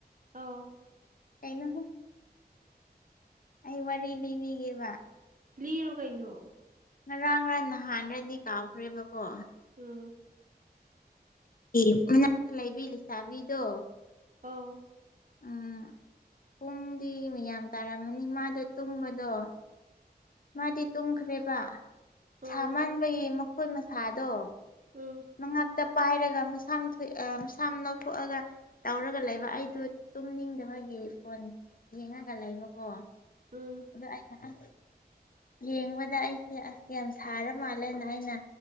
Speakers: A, on the right; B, on the left.
A: ꯑꯧ
B: ꯀꯩꯅꯣꯍꯩ ꯑꯩ ꯋꯥꯔꯤ ꯂꯤꯕꯤꯒꯦꯕ
A: ꯂꯤꯔꯣ ꯀꯩꯅꯣ
B: ꯉꯔꯥꯡꯔꯥ ꯅꯍꯥꯟꯔꯗꯤ ꯀꯥꯎꯈ꯭ꯔꯦꯕꯀꯣ
A: ꯎꯝ
B: <unintelligible> ꯂꯩꯕꯤ ꯂꯩꯁꯥꯕꯤꯗꯣ
A: ꯑꯧ
B: ꯎꯝ ꯄꯨꯡꯗꯤ ꯃꯤꯌꯥꯝ ꯇꯥꯔꯝꯃꯅꯤ ꯃꯥꯗ ꯇꯨꯝꯕꯗꯣ ꯃꯥꯗꯤ ꯇꯨꯝꯈ꯭ꯔꯦꯕ
A: ꯎꯝ
B: ꯁꯥꯃꯟꯕꯒꯤ ꯃꯈꫭꯏ ꯃꯁꯥꯗꯣ
A: ꯎꯝ
B: ꯃꯉꯛꯇ ꯄꯥꯏꯔꯒ ꯃꯁꯥ ꯑ ꯃꯁꯥꯝ ꯂꯧꯊꯣꯛꯑꯒ ꯇꯧꯔꯒ ꯂꯩꯕ ꯑꯩꯗꯨ ꯇꯨꯝꯅꯤꯡꯗꯕꯒꯤ ꯐꯣꯟ ꯌꯦꯡꯉꯒ ꯂꯩꯕꯀꯣ
A: ꯎꯝ
B: ꯑꯗ ꯑꯩꯅ ꯑꯥ ꯌꯦꯡꯕꯗ ꯑꯩꯁꯦ ꯑꯁ ꯌꯥꯝ ꯁꯥꯔ ꯃꯥꯜꯂꯦꯅ ꯑꯩꯅ